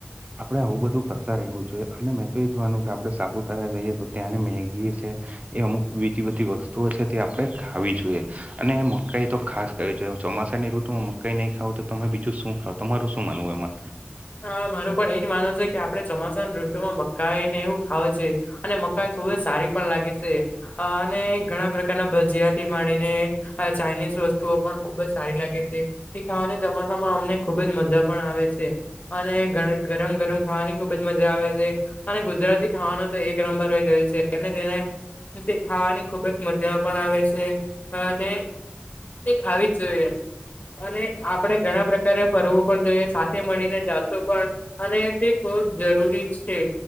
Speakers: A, on the right (about 35°); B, on the left (about 40°).
A: આપડે આવું બધું કરતા રહેવું જોઈએ અને મેં તો એ જ વાનું કે આપડે સાપુતારા જઈએ તો ત્યાંને મેગી છે, એ અમુક બીજી બધી વસ્તુઓ છે તે આપણે ખાવી જોઈએ. અને મકાઈ તો ખાસ ક જો ચોમાસાનીઋતુમાં મકાઈ નહી ખાવ તો તમે બીજું શું ખાવ. તમારું શું માનવું એમાં?
B: હા માર પણ એજ માનવ છે કે આપડે ચોમાસા ના ઋતુમાં મકાઈને એવું ખાવું જોઈએ. અને મકાઈ ખુબ જ સારી પણ લાગે છે અને ઘણા પ્રકારના ભજીયાથી માણીને આ ચાઇનીઝ વસ્તુઓ પણ ખુબ જ સારી લાગે છે. એ ખાવાના ચોમાસામાં અમને ખુબજ મજા પણ આવે છે. અને ગરમ ગરમ ખાવાની ખુબ જ મજા આવે છે. અને ગુજરાતી ખાવાનો તો એક નંબર હોય જ હોય છે અને તેને તે ખાવાની ખુબ જ મજા પણ આવે છે અને તે ખાવી જ જોઈએ અને આપણે ઘણા પ્રકારે ફરવું પણ જોઈએ સાથે મળીને પણ અને તે ખૂબ જ જરૂરી છે.